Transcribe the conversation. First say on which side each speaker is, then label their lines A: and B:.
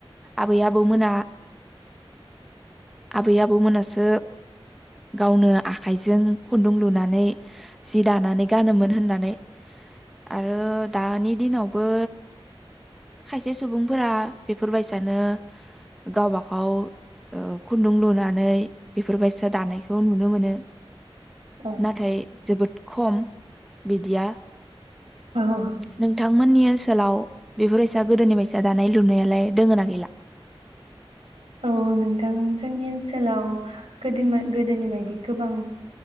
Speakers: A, in the centre; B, on the right (about 90°).
A: आबै आबौमोना आबै आबौ मोनासो गावनो आखाइजों खुन्दुं लुनानै जि दानानै गानोमोन होननानै आरो दानि दिनावबो खायसे सुबुंफोरा बेफोरबायसानो गावबा गाव ओ खुन्दुं लुनानै बेफोरबायसा दानायखौ नुनो मोनो।
B: औ
A: नाथाय जोबोद खम बिदिया
B: औ
A: नोंथांमोननि ओनसोलाव बेफोरबायसा गोदोनि बायसा दानाय लुनायालाय दोङो ना गैला?
B: औ नोंथां जोंनि ओनसोलाव गोदोयमो गोदोनि बायदि गोबां